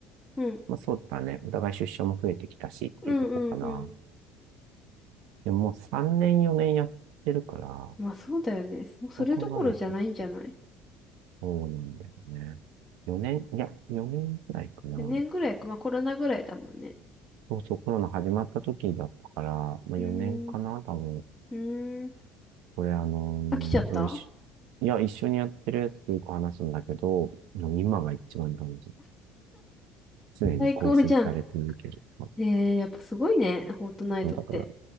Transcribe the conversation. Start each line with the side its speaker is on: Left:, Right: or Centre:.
Centre: うん。
Right: まあ、そうだね。お互い出社も増えてきたしっていうとこかな。
Centre: うんうんうん。
Right: でも、もう3年4年やってるから、
Centre: まあそうだよね。もうそれどころじゃないんじゃない
Right: そう考えると、そうなんだよね。4年、いや、4年くらいかな。
Centre: ?4 年ぐらいか。まあコロナぐらいだもんね。
Right: そうそう、コロナ始まった時だったから、まあ、
Centre: うーん。
Right: 4年かな、多分。
Centre: うーん。
Right: これ、あのーその一緒、
Centre: 飽きちゃった
Right: いや、一緒にやってるやつとよく話すんだけど、もう今が一番楽しい。常に更新され続ける。
Centre: 最高じゃん。
Right: そう、
Centre: えー、やっぱすごいね。フォートナイトって。
Right: そうだから、